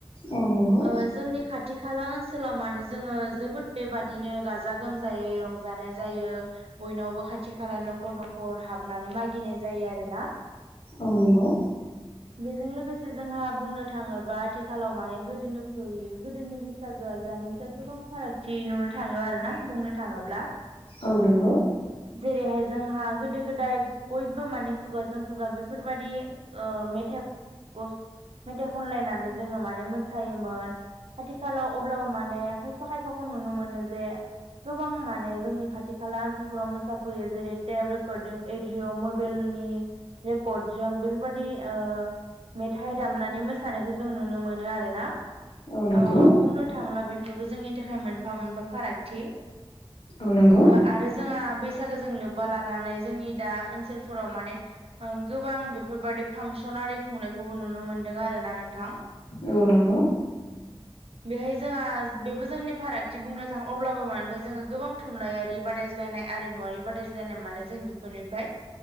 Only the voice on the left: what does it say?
औ नंगौ
औ नंगौ।
औ नोंगौ।
औ नंगौ
औ नंगौ
औ नंगौ